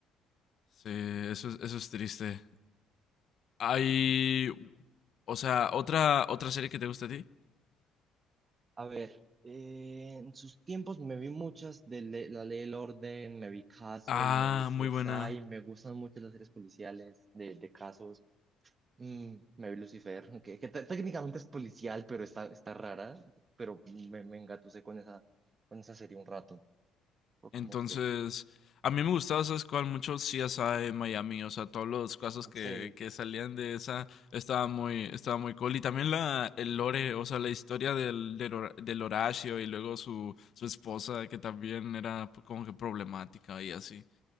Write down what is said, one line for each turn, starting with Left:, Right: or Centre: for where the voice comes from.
Left: sí, eso, es- eso es triste. Hay. O sea, otra, otra serie que te gusta a ti.
Right: A ver, eh, en sus tiempos me vi muchas de Le- La Ley del Orden, me vi Castle,
Left: Ah,
Right: me vi CSI,
Left: muy buena.
Right: me gustan mucho las series policiales de, de casos. Mm, me vi Lucifer, <laughs> que, que te- técnicamente es policial, pero está, está rara, pero me, me engatusé con esa, con esa serie un rato. Fue
Left: Entonces,
Right: como que,
Left: a mí me gustaba, ¿sabes cuál? Mucho CSI en Miami, o sea, todos los casos
Right: no
Left: que,
Right: sé,
Left: que salían de esa, estaba muy, estaba muy cool. Y también la, el lore, o sea, la historia del, del, Hor- del Horacio y luego su, su esposa, que también era como que problemática y así.